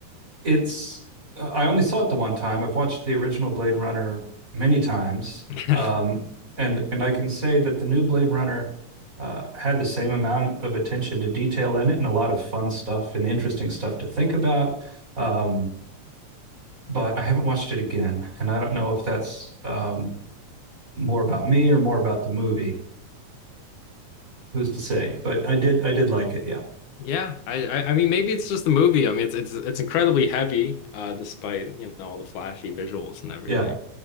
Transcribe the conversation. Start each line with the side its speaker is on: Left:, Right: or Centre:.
Right: It's uh, I only saw it the one time. I've watched the original Blade Runner many times.
Left: <laughs>
Right: Um,
Left: uh,
Right: and and I can say that the new Blade Runner uh, had the same amount of attention to detail in it and a lot of fun stuff and interesting stuff to think about. Um, but I haven't watched it again, and I don't know if that's um, more about me or more about the movie. Who's to say? But I did I did like it. Yeah.
Left: yeah. I, I I mean maybe it's just the movie. I mean it's it's it's incredibly heavy, uh, despite you know all the flashy visuals and everything.
Right: Yeah.